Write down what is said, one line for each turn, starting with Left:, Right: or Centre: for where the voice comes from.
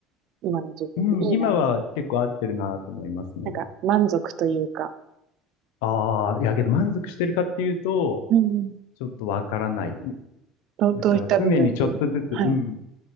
Right: 今の自分に。
Left: うん、
Right: いいな。
Left: 今は結構合ってるなと思いますね。
Right: なんか、満足というか。
Left: ああ、いやけど満足してるかっていうと、
Right: うんうん。
Left: ちょっとわからない。
Right: どう、
Left: だから常にちょっとずつ、
Right: どういった部分ではい、
Left: うん、